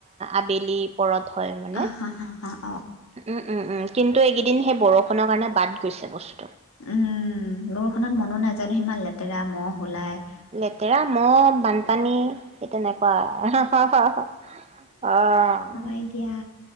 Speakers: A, on the right; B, on the left.
A: আবেলি পৰত
B: <inaudible>
A: হয় মানে উম, উম, উম কিন্তু এইকেইদিন সেই বৰষুণৰ কাৰণে বাদ গৈছে বচ
B: উম, বৰষুণত মনো নাযায় নহয় ইমান লেত ৰা, ম'হ ওলাই
A: লেতেৰা, ম'হ, বানপানী সেই তেনেকুৱা হা হা হা, অ',
B: হয় দিয়া